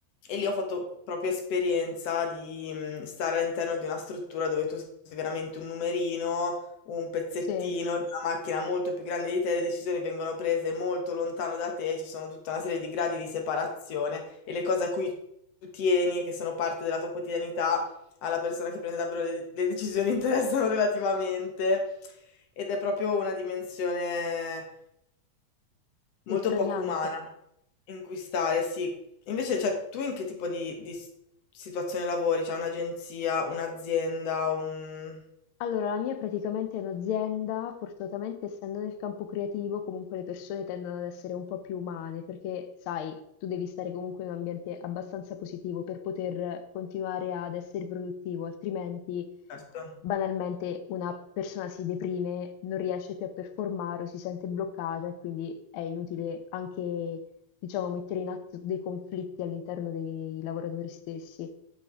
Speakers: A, on the left; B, on the left.
A: e lì ho fatto proprio esperienza di mm, stare all'interno di una struttura dove tu sei veramente un numerino, un pezzettino
B: Sì,
A: di una macchina molto più grande di te, le decisioni vengono prese molto lontano da te, ci sono tutta una serie di gradi di separazione e le cose a cui tu tieni e che sono parte della tua quotidianità alla persona che prende davvero le, le decisioni <laughs> interessano relativamente ed è proprio una dimensione molto
B: estraniante.
A: poco umana in cui stare, sì. Invece, cioè, tu in che tipo di, di s- situazione lavori? Cioè un'agenzia, un'azienda, un...
B: Allora, la mia è praticamente un'azienda, fortunatamente essendo nel campo creativo, comunque le persone tendono ad essere un po' più umane, perché sai, tu devi stare comunque in un ambiente abbastanza positivo per poter continuare ad essere produttivo, altrimenti
A: Certo,
B: banalmente una persona si deprime, non riesce più a performare o si sente bloccata e quindi è inutile anche diciamo, mettere in atto dei conflitti all'interno dei lavoratori stessi.